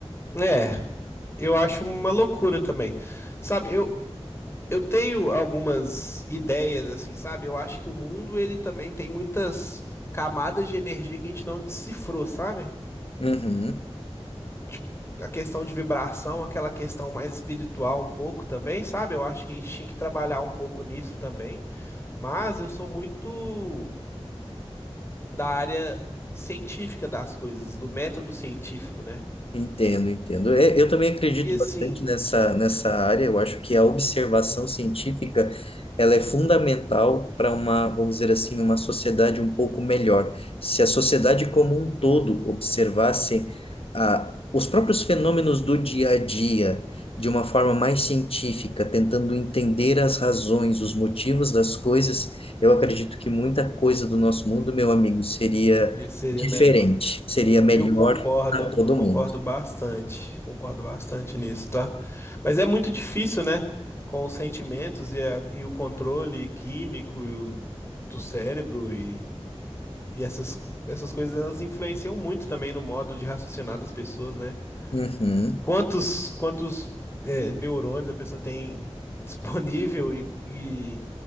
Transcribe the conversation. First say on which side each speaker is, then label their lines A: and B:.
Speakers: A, on the left; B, on the left.
A: É, eu acho uma loucura também. Sabe, eu, eu tenho algumas ideias assim, sabe? Eu acho que o mundo ele também tem muitas camadas de energia que a gente não decifrou, sabe?
B: Uhum.
A: tipo, a questão de vibração, aquela questão mais espiritual um pouco também, sabe? Eu acho que a gente tinha que trabalhar um pouco nisso também. Mas eu sou muito da área científica das coisas, do método científico, né?
B: Entendo, entendo. É, eu também acredito
A: E assim,
B: bastante nessa, nessa área. Eu acho que a observação científica ela é fundamental para uma, vamos dizer assim, uma sociedade um pouco melhor. Se a sociedade como um todo observasse ah, os próprios fenômenos do dia a dia de uma forma mais científica, tentando entender as razões, os motivos das coisas, eu acredito que muita coisa do nosso mundo, meu amigo, seria
A: e seria
B: diferente,
A: melhor.
B: seria melhor
A: Eu concordo,
B: para todo
A: eu concordo
B: mundo.
A: bastante, concordo bastante nisso, tá? Mas é muito difícil, né? Com os sentimentos e, a- e o controle químico do cérebro e E essas, essas coisas elas influenciam muito também no modo de raciocinar das pessoas, né?
B: Uhum,
A: Quantos, quantos é, neurônios a pessoa tem <laughs> disponível e, e